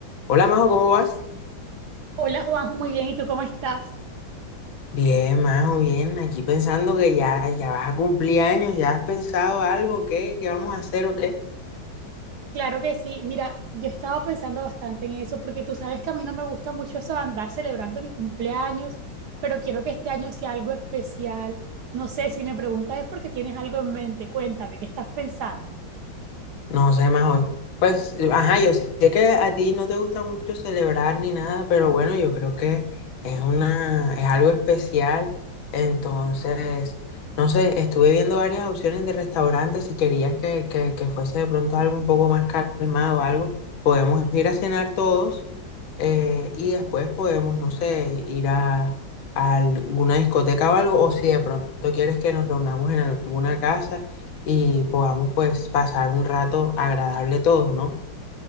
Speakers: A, on the left; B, on the right.
A: Hola Majo, ¿cómo vas?
B: Hola Juanjo, muy bien, ¿y tú cómo estás?
A: Bien, Majo, bien. Aquí pensando que ya, ya vas a cumplir años, ¿ya has pensado algo? ¿Qué? ¿Qué vamos a hacer o qué?
B: Claro que sí, mira, yo estaba pensando bastante en eso, porque tú sabes que a mí no me gusta mucho eso de andar celebrando mi cumpleaños, pero quiero que este año sea algo especial. No sé, si me preguntas es porque tienes algo en mente, cuéntame, ¿qué estás pensando?
A: No sé más hoy. Pues, ajá, yo sé que a ti no te gusta mucho celebrar ni nada, pero bueno, yo creo que es una, es algo especial. Entonces, no sé, estuve viendo varias opciones de restaurantes. Si querías que, que, que fuese de pronto algo un poco más calmado, algo, podemos ir a cenar todos eh, y después podemos, no sé, ir a, a alguna discoteca o algo. O si de pronto quieres que nos reunamos en alguna casa y podamos pues pasar un rato agradable todos, ¿no?